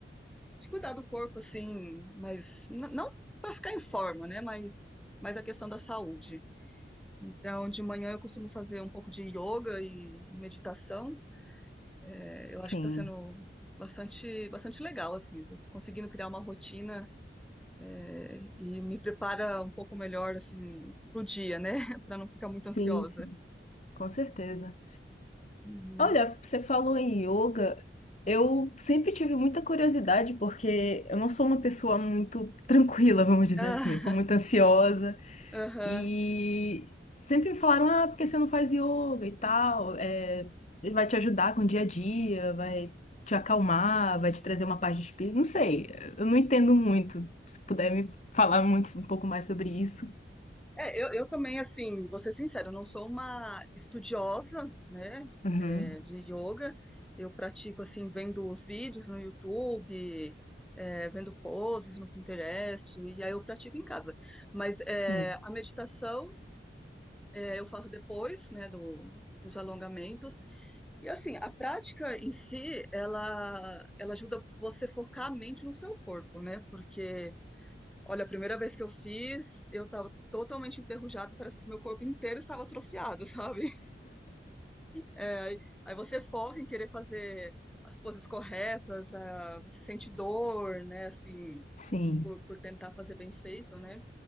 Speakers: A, in the centre; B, on the left.
A: de cuidar do corpo, assim, mas n- não para ficar em forma, né? Mas, mas a questão da saúde. Então, de manhã eu costumo fazer um pouco de yoga e meditação. É, eu acho
B: sim,
A: que está sendo bastante, bastante legal, assim, tô conseguindo criar uma rotina, é, e me prepara um pouco melhor, assim, pro dia, né? <laughs> Para não ficar muito
B: sim,
A: ansiosa.
B: sim, com certeza.
A: Uhum.
B: Olha, você falou em yoga. Eu sempre tive muita curiosidade, porque eu não sou uma pessoa muito <laughs> tranquila, vamos dizer
A: Ah,
B: assim. Eu sou muito ansiosa.
A: <laughs> aham,
B: E sempre me falaram, ah, porque você não faz yoga e tal? É, vai te ajudar com o dia a dia, vai te acalmar,
A: sim.
B: vai te trazer uma paz de espírito. Não sei, eu não entendo muito. Se puder me falar muito, um pouco mais sobre isso.
A: É, eu, eu também, assim, vou ser sincera, eu não sou uma estudiosa, né,
B: Uhum,
A: é, de yoga. Eu pratico, assim, vendo os vídeos no YouTube, é, vendo poses no Pinterest, e aí eu pratico em casa. Mas é,
B: sim,
A: a meditação é, eu faço depois, né, do, dos alongamentos. E, assim, a prática em si, ela, ela ajuda você a focar a mente no seu corpo, né, porque Olha, a primeira vez que eu fiz, eu tava totalmente enferrujada, parece que meu corpo inteiro estava atrofiado, <laughs> sabe? Aí aí você foca em querer fazer as poses corretas, ah, você sente dor, né, assim,
B: sim.
A: por, por tentar fazer bem feito, né?